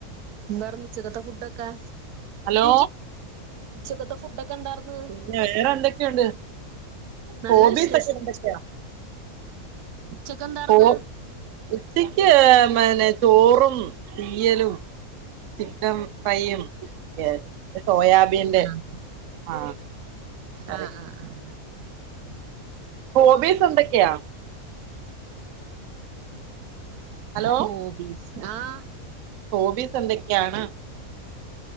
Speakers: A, on the right; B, on the right.
A: എന്താർന്നു ഉച്ചകത്തെ ഫുഡൊക്കെ?
B: ഹലോ
A: ഉച്ചക്കത്തെ ഫുഡൊക്കെ എന്താർന്ന്
B: പിന്നെ വേറെ എന്തെക്കെയുണ്ട്?
A: നല്ല
B: ഹോബിസൊക്കെ
A: വിശേഷം
B: എന്തക്കെയാ?
A: ഉച്ചക്ക് എന്താർന്ന്?
B: ഹോ ഉച്ചക്ക് ഏഹേ പിന്നെ ചോറും തീയലും ചിക്കൻ ഫ്രൈയും ഒക്കെയാരുന്നു പിന്നെ സോയാബി ബിന്റെ
A: ആഹ്
B: ആഹ് കറി
A: ആഹ് ആഹ്
B: ഹോബീസ് എന്തൊക്കെയാ? ഹലോ
A: ഹോബീസ് ആഹ്
B: ഹോബീസ് എന്തക്കെയാണ്?